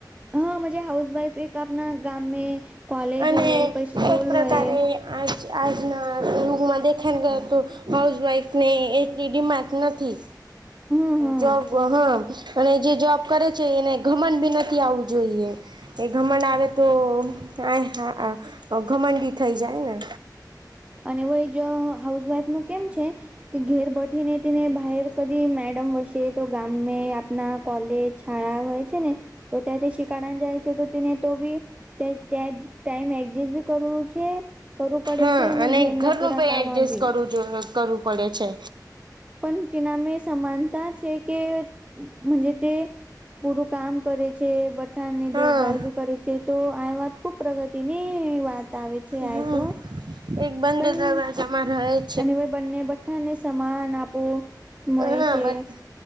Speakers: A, on the right; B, on the right.
A: હા મજે હાઉસ વાઇફ એક આપના ગામની એક કોલેજ
B: અને
A: હોય, સ્કૂલ
B: એક પ્રકારે
A: હોય
B: આજ આજના ઘર મદે ખેર વાયતો હાઉસવાાઈફ ને એટલી ડિમાટ નથી
A: હમ હમ
B: જો હા. અને જે જોબ કરે છે એને ઘમંડ બી નથી આવું જોઈએ. એ ઘમંડ આવે તો આ ઘમંડી થઈ જાય ને.
A: અને વય જો હાઉસ વાઈફ નો કેમ છે. કે ઘેર બઠીને તને બહર કદી મેડમ વસે તો ગામ મે આપના કોલેજ છડા હોય છે ને તો ત તે શિકારણ જાય છે તો તેને તો ભી ત્યાં ત્યાં ટાઈમ એડજસ્ટ બી કરવું છે કરવું પડે
B: હા
A: છે. ને
B: અને
A: ઘેરના
B: ઘરનું
A: પૂરા
B: ભાઈ
A: કામમાં
B: એડજસ્ટ
A: બી
B: કરવું જો કરવું પડે છે.
A: પણ તિનામે સમાનતા છે કે જે તે પૂરું કામ કરે છે બટ ની
B: હા
A: દેભાલ ભી કરે છે તો આ વાત ખુબ પ્રગતિની વાત તા આવે છે
B: હમ
A: આ તો
B: એક બંધ
A: પણ
B: <unintelligible>
A: અને ભાઈ બંને બઠાને સમાન આપો. મળે
B: હા
A: છે
B: મત